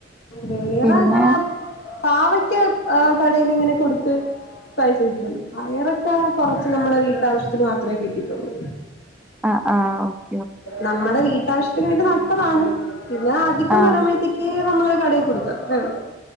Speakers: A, on the left; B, in the centre.
A: വേറെ
B: പിന്നെ
A: അങ്ങനെ പാവക്യ ആഹ് കടേൽ ഇങ്ങനെ കൊടുത്ത് പൈസ കിട്ടിട്ടുണ്ട് പയറൊക്കെ കുറച്ച് നമ്മുടെ വീട്ടാവശ്യത്തിന് മാത്രേ കിട്ടിട്ടുള്ളൂ.
B: ആഹ് ആഹ് ഒ
A: നമ്മടെ വീട്ടാവശ്യത്തിൻ വേണ്ടി നട്ടത്താണ് പിന്നെ അധികം
B: ആഹ്
A: വരമ്പോഴത്തേ കീ നമ്മള് കടയിൽ കൊടുത്തത്രേ ഉള്ളൂ